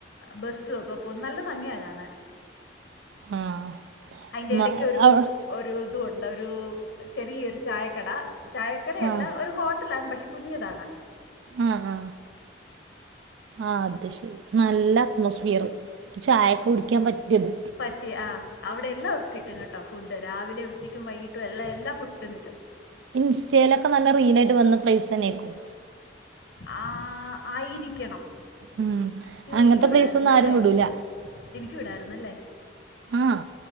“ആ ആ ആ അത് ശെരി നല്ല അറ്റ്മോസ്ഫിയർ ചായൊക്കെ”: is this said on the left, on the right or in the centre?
Right